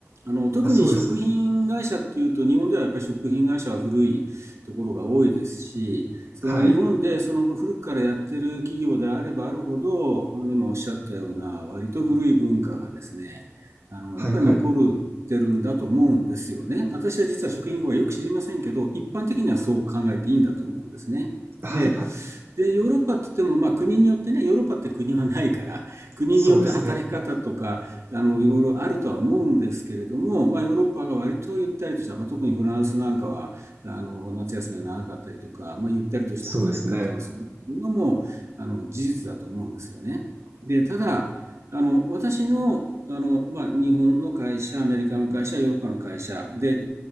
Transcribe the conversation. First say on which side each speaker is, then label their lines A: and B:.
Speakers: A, on the right; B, on the right.
A: あの、特に食品会社っていうと、
B: あそうですか
A: 日本ではやっぱり食品会社は古いところが多いですし、その日本でその古くからやってる企業であればあるほど、
B: はい
A: あの、今おっしゃったような割と古い文化がですね、あの、
B: はいはい
A: やっぱり残るってるんだと思うんですよね。私は実は食品業はよく知りませんけど、一般的にはそう考えていいんだと思うんですね。
B: はいはい
A: で、で、ヨーロッパって言っても、まあ国によってね、ヨーロッパって国はないから、<laughs> 国によって働き方とか、
B: そうですね
A: あの、いろいろあるとは思うんですけれども、まあヨーロッパが割とゆったりとした、まあ特にフランスなんかは、あの、夏休みが長かったりとか、まあゆったりとした働き方をするっていうのも、
B: そうですね
A: あの、事実だと思うんですよね。で、ただ、あの、私の、あの、まあ、日本の会社、アメリカの会社、ヨーロッパの会社で